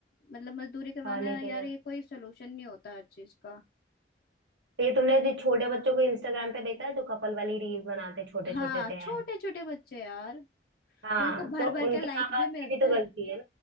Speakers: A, on the left (about 55°); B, on the right (about 80°).
A: मतलब मजदूरी करवाना
B: और नहीं
A: है
B: तो
A: यार
B: क्या
A: ये कोई सोल्यूशन नहीं होता हर चीज का
B: तो ये तुमने जो छोटे बच्चों को इंस्टाग्राम पे देखा है जो कपल वाली रील्स बनाते छोटे
A: हाँ
B: छोटे से हैं
A: छोटे छोटे बच्चे यार और
B: हाँ
A: उनको भर
B: तो
A: भर
B: उनके
A: के लाइक
B: माँ बाप
A: भी मिलता
B: की भी तो
A: है
B: गलती है